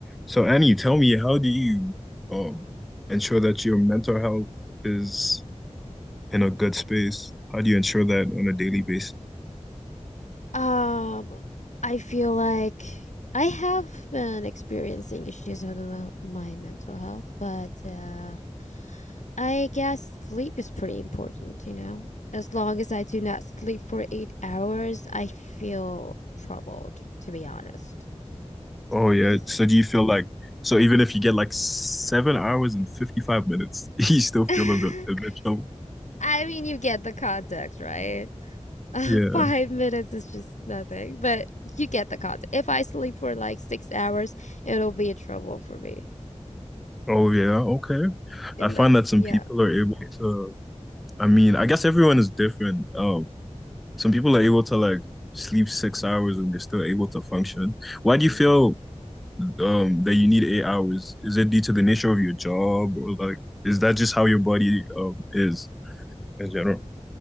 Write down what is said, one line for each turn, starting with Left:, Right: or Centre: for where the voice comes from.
Centre: So Annie, tell me, how do you um ensure that your mental health is in a good space? How do you ensure that on a daily basis?
Left: Um, I feel like I have been experiencing issues with my my mental health, but uh, I guess sleep is pretty important, you know? As long as I do not sleep for eight hours, I feel troubled, to be honest.
Centre: Oh
Left: What
Centre: yeah.
Left: do you think?
Centre: So do you feel like so even if you get like seven hours and 55 minutes, <laughs> you still feel
Left: <laughs>
Centre: a bit a bit low?
Left: I mean, you get the context, right? <laughs> Uh,
Centre: Yeah.
Left: five minutes is just nothing, but you get the context. If I sleep for like six hours, it'll be a trouble for me
Centre: Oh yeah. Okay.
Left: in
Centre: I find
Left: that.
Centre: that
Left: Yeah.
Centre: some people are able to I mean, I guess everyone is different. Um, some people are able to like sleep six hours and they're still able to function. Why do you
Left: Mm-hmm.
Centre: feel um that you need eight hours? Is it due to the nature of your job or like is that just how your body um is in general?